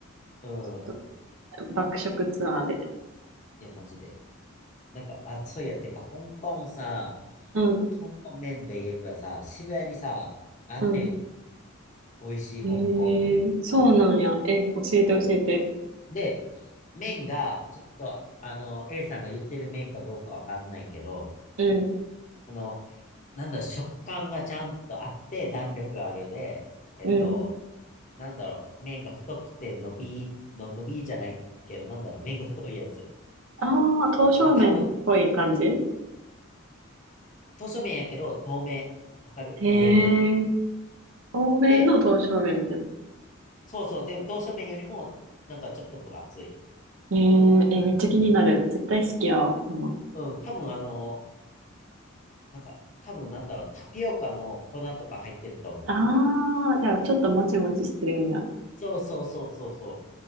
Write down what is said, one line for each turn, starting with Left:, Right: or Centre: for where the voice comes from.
Left: うん。
Right: と爆食ツアーで。
Left: いや、マジで。なんか、あ、そういや、てか、香港さ、
Right: うん、
Left: 香港麺で言えばさ、渋谷にさ、あんねん。
Right: うん。
Left: 美味しい香港麺。
Right: えー、そうなんや。え、教えて教えて。
Left: で、麺が、ちょっと、あの、A さんが言ってる麺かどうかわかんないけど、
Right: うん、
Left: あの、なんだろう、食感がちゃんとあって、弾力があるで、えっと、
Right: うん。
Left: なんだろう、麺が太くて伸び、の、伸びじゃないけど、なんだろう、麺が太いやつ。
Right: ああ、刀削麺っぽい感じへ
Left: なんか多分、刀削麺やけど、透明。わかる透明。
Right: えー、透明の刀削麺みたいな。
Left: で、そうそう、でも刀削麺よりも、なんかちょっと分厚い。
Right: えー、え、めっちゃ気になる。絶対好きやわ、そんなん。
Left: うん、多分あの、なんか、多分なんだろう、タピオカの粉とか入ってると思う。
Right: ああ、じゃあちょっともちもちしてるんや。
Left: そうそうそうそうそ